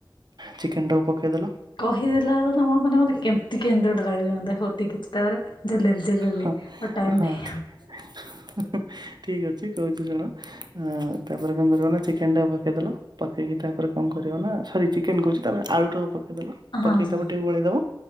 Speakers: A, on the right (about 60°); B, on the left (about 70°).
A: ଚିକେନ୍ଟାକୁ ପକେଇଦେଲ
B: କହିଦେଲା <unintelligible> କେମିତି କେମିତି ଗୋଟେ ଲାଗିବ ମତେ ହୋ ଠିକ୍ ଅଛି ତାପରେ ଜଲଲି ଜଲରଲି
A: ହଁ
B: ମ ଟାଇମ୍
A: ହଁ
B: ନାହିଁ ଆଉ।
A: <inaudible> ଠିକ ଅଛି କହୁଛିୁ ଶୁଣ ଅଁ ତାପରେ କଂ କରିବ ନା ଚିକେଟା କୁ ପକେଇଦେଲ ପକେଇକି ତାପରେ କଣ କରିବ ନା ସରି ଚିକେନ କହୁଛି ତାପରେ ଆଳୁଟାକୁ ପକେଇଦେଲ
B: ହଁ
A: ପକେଇ
B: ହଁ।
A: ତାପରେ ଟିକେ ଗୋଳେଇ ଦବ